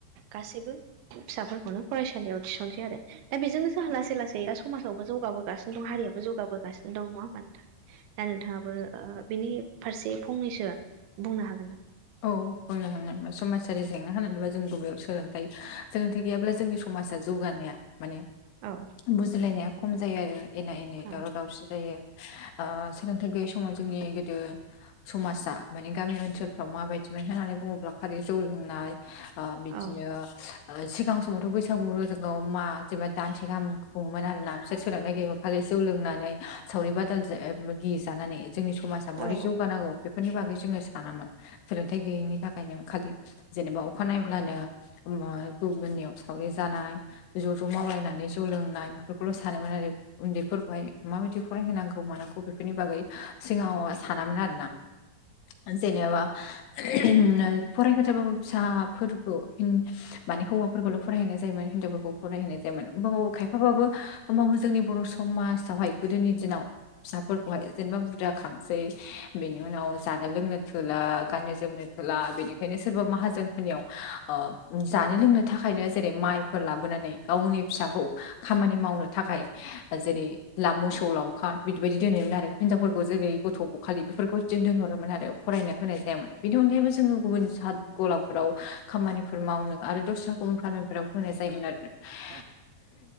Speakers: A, on the right; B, on the left.
A: गासैबो फिसाफोरखौनो फरायसालियाव थिसनसै आरो। दा बेजोंनो जोंहा लासै लासै दा समाजावबो जौगाबोगासिनो दं हारिाबो जौगाबोगासिनो नोंङा होमबा? दा नोंथाङाबो बेनि फारसे फंनैसो बुंनो हागोन नामा?
B: औ बुंनो हागोन समाजारि जेंना होननानैङा जों गुबबेयाव सोलोंथाइ सोलोंथाइ गैयाब्ला जोंनि। समाजा जौगानाया माने।
A: औ।
B: बुजिलायनाया खम जायो आरो एना एनि
A: औ
B: दावराव दावसि जायो। सोलोंथाइ गैयि समाव जोंनि गोदो समाजा माने गामि ओनसोल फाव माबायदिमोन होननानै बुङोब्ला खालि जौ लोंनाय बिदिनो
A: औ
B: सिगां समावथ' बैसागु जोङाव मा जेनबा दानसे गाहाम खुङोमोन आर ना बिसोर सोनारनाय गायोमोन खालि जौ लोंनानै सावरि बादालजो जानानै जोंनि समाज दा मरि
A: औ
B: जौगा नांगौ बेफोरनि बागै जोङो सानामोन। सोलोंथाय गैयैनि थाखायनो खालि जेनेबा अखा नायब्लानो मा गुबुननियाव सावरि जानाय ज' ज' मावलायनानै जौ लोंनाय बेफोरखौल' सानोमोन आरो उन्दैफोरखौहाय माबायदि फरायहोनांगौ मानांगौ बेफोरनि बागै सिगाङाव सानामोन आरो ना। ओ जेनेबा नो फरायहोथाबाबो फिसाफोरखौ माने हौवाफोरखौल' फरायहाय जायोमोन हिनजावफोरखौ फरायहैनाय जायामोन होमबा बाबो खायफाबाबो होमबाबो जोंनि बर' समाजावहाय गोदोनि दिनाव फिसाफोरखौहाय जेनेबा बुरजा खांसै बेनि उनाव जानो लोंनो थोला। गाननो जोमनो थोला बेनिखायनो सोरबा माहाजोनफोरनियाव ओ जानो लोंनो थाखायनो जेरै माइ फोर लाबोनानै गावनि फिसाखौ खामानि मावनो थाखाय ओ जेरै ला मोसौ लावखार बिदि बायदि दोनोमोन आरो। हिनजावफोरखौ जेरै गथ' बखालि बेफोरखौ बिदिनो दोनहरोमोन आरो। फरायनो होनाय जायामोन बिनथन <unintelligible> जोङो गुबुन सा गलाफोराव खामानिफोर मावनो आरो दस्रा गुबुन फ्रामफोराव होनाय जायो मोन आरो <unintelligible>
A: उम